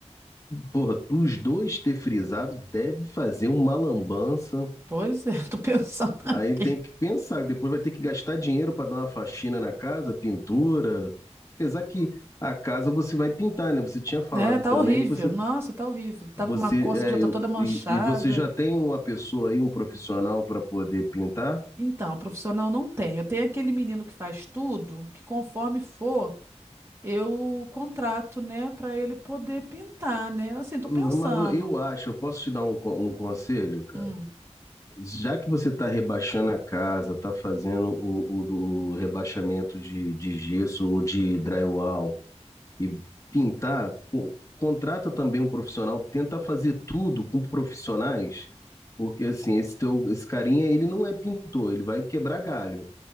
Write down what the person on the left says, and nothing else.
Porra, os dois ter frisado deve fazer uma lambança.
Aí tem que pensar, depois vai ter que gastar dinheiro para dar uma faxina na casa, pintura. Apesar que a casa você vai pintar, né? Você tinha falado
também
que você
você
é,
eu,
e, e você já tem uma pessoa aí, um profissional para poder pintar?
Não,
mas eu acho, eu posso te dar um, co- um conselho, cara?
já que você está rebaixando a casa, está fazendo o, o- o rebaixamento de, de gesso ou de drywall e pintar, co- contrata também um profissional, tenta fazer tudo com profissionais, porque assim, esse teu, esse carinha, ele não é pintor, ele vai quebrar galho.